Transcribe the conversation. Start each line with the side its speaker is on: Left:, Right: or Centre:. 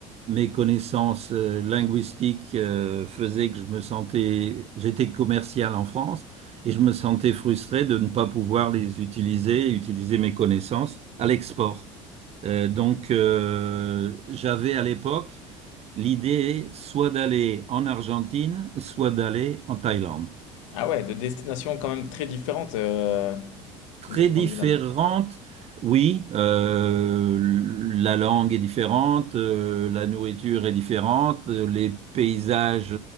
Right: mes connaissances euh, linguistiques euh, faisaient que je me sentais, j'étais commercial en France et je me sentais frustré de ne pas pouvoir les utiliser, utiliser mes connaissances à l'export. Euh, donc, euh, j'avais à l'époque L'idée, soit d'aller en Argentine, soit d'aller en Thaïlande.
Left: Ah ouais, de destinations quand même très différentes euh,
Right: très
Left: de ce point
Right: différentes.
Left: de vue-là.
Right: Oui, euh, la langue est différente, euh, la nourriture est différente, euh, les paysages